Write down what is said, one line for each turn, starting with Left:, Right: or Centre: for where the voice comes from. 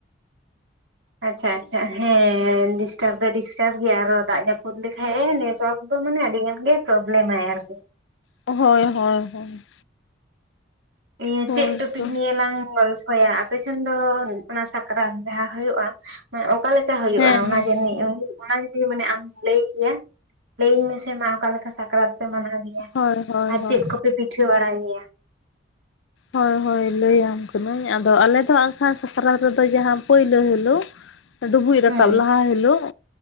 Right: ᱟᱪᱪᱷᱟ ᱟᱪᱪᱷᱟ ᱦᱮᱸ ᱰᱤᱥᱴᱟᱯ ᱫᱚ ᱰᱤᱥᱴᱟᱯ ᱜᱮᱭᱟ ᱟᱨᱚ ᱫᱟᱜ ᱡᱟᱯᱩᱫ ᱞᱮᱠᱷᱟᱡ ᱮ ᱱᱮᱴᱣᱭᱟᱹᱠ ᱫᱚ ᱢᱟᱱᱮ ᱟᱹᱰᱤ ᱜᱟᱱ ᱜᱮ ᱯᱨᱚᱵᱞᱮᱢᱟᱭ ᱟᱨᱠᱤ᱾
Left: ᱦᱳᱭ ᱦᱳᱭ ᱦᱳᱭ᱾
Right: ᱤᱭᱟᱹ
Left: ᱦᱳᱭ
Right: ᱪᱮᱫ ᱴᱚᱯᱤᱠ
Left: ᱛᱚ
Right: ᱱᱤᱭᱮ ᱞᱟᱝ ᱜᱚᱞ ᱯᱷᱚᱭᱟ ᱟᱯᱮ ᱥᱮᱱ ᱫᱚ ᱚᱱᱟ ᱥᱟᱠᱨᱟᱛ ᱡᱟᱦᱟᱸ ᱦᱩᱭᱩᱜᱼᱟ ᱚᱠᱟ ᱞᱮᱠᱟ ᱦᱩᱭᱩᱜᱼᱟ
Left: ᱦᱮᱸ
Right: ᱚᱱᱟ
Left: ᱦᱮᱸ
Right: ᱡᱟᱹᱱᱤᱡ ᱚᱱᱟ ᱡᱩᱫᱤ ᱢᱟᱱᱮ ᱟᱢ ᱞᱟᱹᱭ ᱠᱮᱭᱟ ᱞᱟᱹᱭᱟᱹᱧ ᱢᱮᱥᱮ ᱢᱟ ᱟᱢ᱾ ᱚᱠᱟ ᱞᱮᱠᱟ ᱥᱟᱠᱨᱟᱹᱛ ᱯᱮ ᱢᱟᱱᱟᱣ ᱜᱮᱭᱟ
Left: ᱦᱳᱭ ᱦᱳᱭ
Right: ᱟᱨ
Left: ᱦᱳᱭ
Right: ᱪᱮᱫ ᱠᱚᱯᱮ ᱯᱤᱴᱷᱟᱹ ᱵᱟᱲᱟᱭ ᱜᱮᱭᱟ?
Left: ᱦᱳᱭ ᱦᱳᱭ ᱞᱟᱹᱭᱟᱢ ᱠᱟᱹᱱᱟᱹᱧ ᱟᱫᱚ ᱟᱞᱮ ᱫᱚ ᱦᱟᱸᱜᱠᱷᱟᱱ ᱥᱟᱠᱨᱟᱹᱛ ᱨᱮᱫᱚ ᱡᱟᱦᱟᱸ ᱯᱩᱭᱞᱳ ᱦᱤᱞᱳᱜ
Right: <inaudible>
Left: ᱰᱩᱵᱩᱡ ᱨᱟᱠᱟᱵ
Right: ᱦᱩᱸ
Left: ᱞᱟᱦᱟ ᱦᱤᱞᱚᱜ